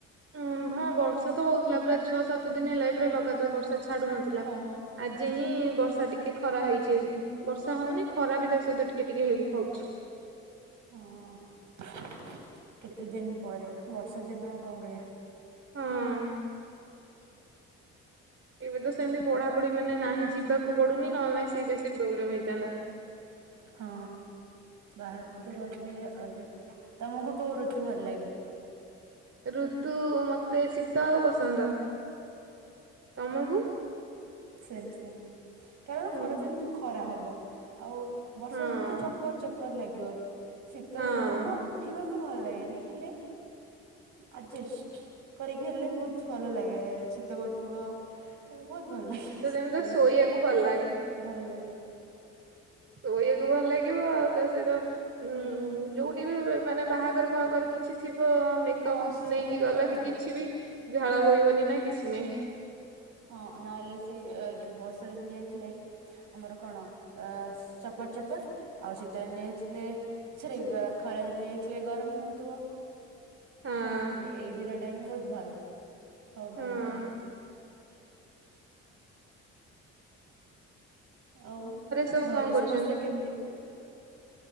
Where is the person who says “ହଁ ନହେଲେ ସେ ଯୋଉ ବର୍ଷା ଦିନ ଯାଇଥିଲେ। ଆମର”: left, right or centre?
Right